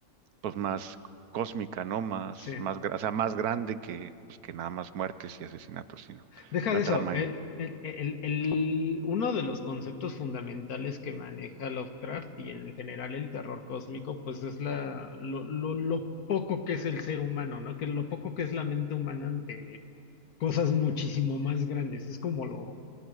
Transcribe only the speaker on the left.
Sí,
deja
de eso.
El,
el- el- el- uno de los conceptos fundamentales que maneja Lovecraft y en general el terror cósmico, pues es la, lo, lo, lo poco que es el ser humano, ¿no? Que lo poco que es la mente humana ante cosas muchísimo más grandes. Es como lo,